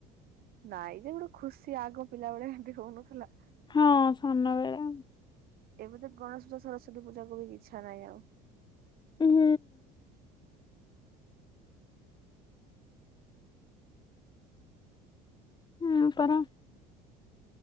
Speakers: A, on the right; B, on the left.
A: ନାଇଁ ଯେ ଗୋଟେ ଖୁସି ଆଗ ପିଲାବେଳେ ଏମତି ହୁନଥିଲା।
B: ହଁ ସାନବେଳା।
A: ଏବେ ତ ଗଣେଶ ପୂଜା ସରସ୍ୱତ ପୂଜାକୁ ବି ଇଛା ନାହିଁ ଆଉ।
B: ହୁଁ। ହୁଁ ପର।